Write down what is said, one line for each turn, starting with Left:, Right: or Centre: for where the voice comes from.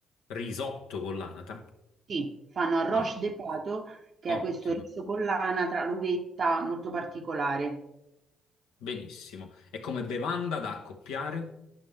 Left: Risotto con l'anatra?
Right: Sì, fanno arroz
Left: Ah,
Right: de pato, che
Left: ottimo,
Right: è questo riso con l'anatra, l'uvetta, molto particolare.
Left: benissimo. E come bevanda da accoppiare?